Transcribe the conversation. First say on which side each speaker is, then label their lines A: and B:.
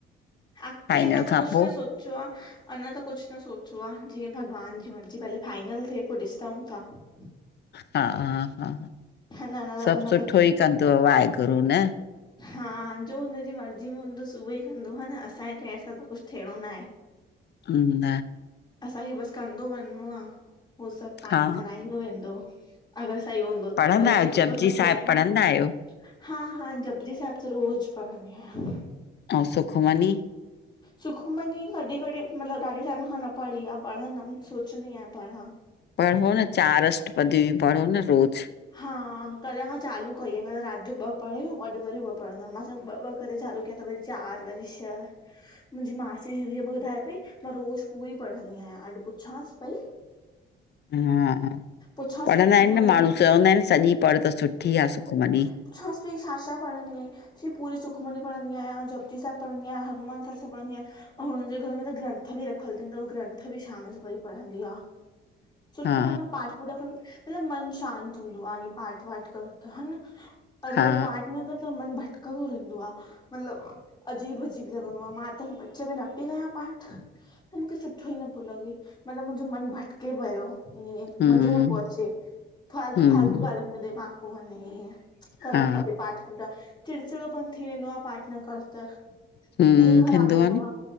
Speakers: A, on the left; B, on the left.
A: अगिते,
B: फाइनल
A: अंञां त
B: खां
A: कुछ
B: पो
A: न सोच् च्यो आ अंञा त कुछु न सोचो आ, जीअं भॻवान जी मर्ज़ी पहिले फाइनल थिए पो ॾिसंउं ता। ह <inaudible>
B: हा -हा,
A: न न
B: सभु
A: अञा
B: सुठोई
A: त
B: कंदुव वाहेगुरु न
A: हा जो हुनजी मर्ज़ी में हूंदुस उहई कंदो ह न, असांजे चये सां त कुछु थियणो ना हे
B: न
A: असांखे बसि कंदो वञिंणो आ, हो सभु पाणंई
B: हा
A: कराईंदो वेंदो। अगरि सही हूंदो त,
B: पढ़ंदा
A: ग़लति
B: आहियो
A: हूंदो
B: जपजी
A: त न कराईंदा।
B: साहिब पढ़ंदा आहियो
A: हा -हा, जपुजी साहिब त रोज़ पढंदी आहियां।
B: अंउ सुखमणी
A: सुखमनी कॾहिं कॾहिं मतिलबु ॾाढे टाइम खां न पढ़ी आहे, पढ़ंदमि सोचंदी आहियां पढां।
B: पढ़ो न, चार अष पदी पढ़ो न रोज़!
A: हा कल खां चालू कई आहे, कल रात जो ॿ पढ़ियूं, अॼु वरी ॿ पढ़ंदम, मां चयो ॿ ॿ करे चालू कयां त वरी चार वरी छह, मुंहिंजी मासी जी धीय मूंखे ॿुधाए पई मां रोज़ पूरी पढ़ंदी आहियां, अॼु पुछांसि पई
B: हा
A: पुछांसि
B: पढ़ंदा
A: पई की
B: आहिनि न
A: घणी
B: माण्हू, चवंदा आहिन सॼी पढ़ त सुठी आ सुखमनी।
A: पुछांस पई छा-छा पढ़ंदी आहीं? चंयीं, पूरी सुखमन पढ़ंदी आयां, जपजी साहिब पढ़ंदी आयां, हनुमान चालीसा पढ़ंदी आयां। हुनजे घर में त ग्रंथ बि रखियल अथन, त उहा ग्रंथ बि शाम जो वरी पढ़ंदी आ। सुठो
B: हा
A: आ न पाठ पूठ करणु खपे मतलबु मन शांत हूंदो आ ईअं पाठ- वाठ कर त, ह न! और वरी
B: हा
A: पाठ न कर त मन भटकंदो रहंदो आ। मतलब अजीब अजीब लॻंदो आ, मां त विच में न पई कयां पाठ। त मूंखे सुठो ई न पियो लॻे, मतलबु मुंहिंजो मनु भटके पयो। इ
B: हम्म
A: मज़ो न प्यो अचे। फालतू
B: हम्म
A: फालतू ॻालुनि में दिमाग पयो वंञे, ई करणु
B: हा
A: खपे पाठ। ॾा चिड़चिड़ोपन थी वेंदो आ पाठ न कर त ॾींहुं
B: हम्म
A: ख़राबु
B: थींदो
A: वेंदो
B: आहे न
A: आ।